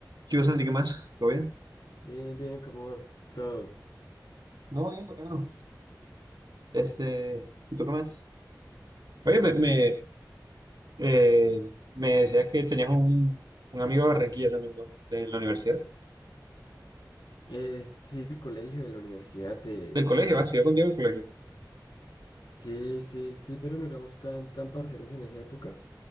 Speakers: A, on the right; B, on the left.
A: ¿Qué hubo, Santi? ¿Qué más? ¿Todo bien?
B: Bien, bien, ¿cómo va todo?
A: No, bien bacano. Este, ¿y tú qué más? Oye, me, me, eh, me decías que tenías un, un amigo de Barranquilla también, ¿no? De la universidad.
B: Eh, sí, el colegio, de la universidad, de...
A: Del colegio, va, estudió contigo en el colegio.
B: Sí, sí, sí, pero no éramos tan, tan parceros en esa época,